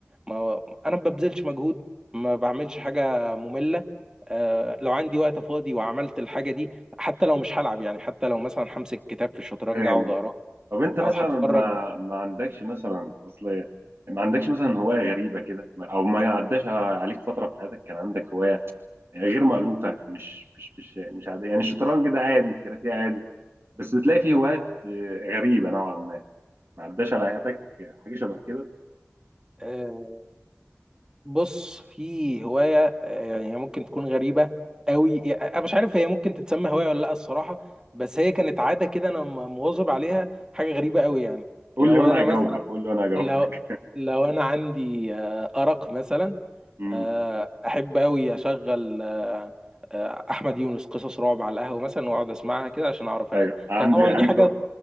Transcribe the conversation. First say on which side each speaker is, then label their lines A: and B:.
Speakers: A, on the right; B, on the right.
A: ما هو انا ما ببذلش مجهود ما بعملش حاجه ممله آه لو عندي وقت فاضي وعملت الحاجه دي حتى لو مش هلعب يعني حتى لو مثلا همسك كتاب في الشطرنج
B: فاهم
A: اقعد
B: قصدي.
A: اقراه
B: طب انت مثلا
A: او هتفرج
B: ما ما عندكش مثلا اصل ما عندكش مثلا هوايه غريبه كده ما- او ما عداش عليك فتره في حياتك كان عندك هوايه يعني غير مألوفة مش مش مش مش عادية يعني الشطرنج ده عادي الكاراتيه عادي بس بتلاقي فيه هوايات آه، غريبة نوعا ما ما عداش على حياتك حاجة شبه كده
A: آه بص في هوايه آه يعني هي ممكن تكون غريبه قوي يعني انا مش عارف هي ممكن تتسمى هوايه ولا لا الصراحه بس هي كانت عاده كده انا م- مواظب عليها حاجه غريبه قوي يعني
B: قول
A: لو
B: لي وانا
A: انا
B: هجاوبك
A: مثلا
B: قول لي وانا هجاوبك
A: لو لو انا عندي آه ارق مثلا
B: امم
A: آه، احب قوي اشغل آه، آه، احمد يونس قصص رعب على القهوه مثلا واقعد اسمعها كده عشان اعرف انام
B: ايوه عندي
A: هي طبعا
B: عندي
A: دي حاجه